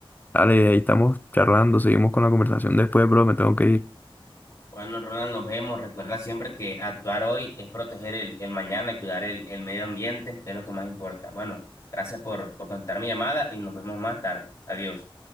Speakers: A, on the left (about 20°); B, on the left (about 35°).
A: dale, ahí estamos charlando, seguimos con la conversación después, bro, me tengo que ir.
B: Bueno, Ronald, nos vemos. Recuerda siempre que actuar hoy es proteger el, el mañana y cuidar el, el medio ambiente, es lo que más importa. Bueno, gracias por, por contar mi llamada y nos vemos más tarde. Adiós.